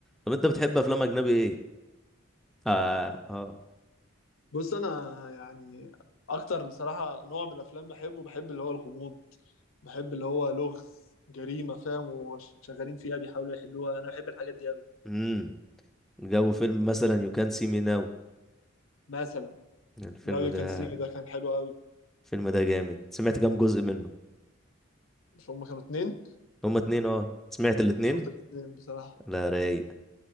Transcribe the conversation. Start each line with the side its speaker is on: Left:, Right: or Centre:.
Centre: طب انت بتحب افلام اجنبي ايه؟ اه اه
Left: بص انا يعني اكتر بصراحه نوع من الافلام بحبه بحب اللي هو الغموض بحب اللي هو لغز جريمه فاهم وشغالين فيها بيحاولوا يحلوها انا بحب الحاجات دي قوي
Centre: امم جو فيلم مثلا يو كان سي مي ناو
Left: مثلا
Centre: الفيلم
Left: ناو يو
Centre: ده
Left: كان سي مي ده كان حلو قوي
Centre: الفيلم ده جامد سمعت كام جزء منه؟
Left: مش هما كانوا اتنين
Centre: هما اتنين اه سمعت الاتنين؟
Left: انا شفت الاتنين بصراحه
Centre: لا رايق